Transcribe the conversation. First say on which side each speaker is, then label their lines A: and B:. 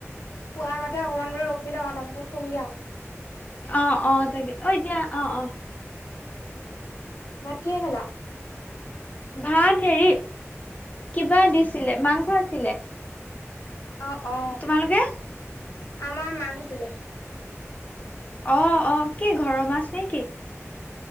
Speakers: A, on the left; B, on the left.
A: শুৱা আগতে অকমান বোলো ৰখি লওঁ তাৰপিছত শুমগে আৰু
B: অ অ তাকে অ এতিয়া অ অ
A: ভাত কিহে খালা
B: ভাত হেৰি কিবা দিছিলে মাংস আছিলে
A: অ অ
B: তোমালোকে
A: আমাৰ মাছ আছিলে
B: অ অ কি ঘৰৰ মাছ নেকি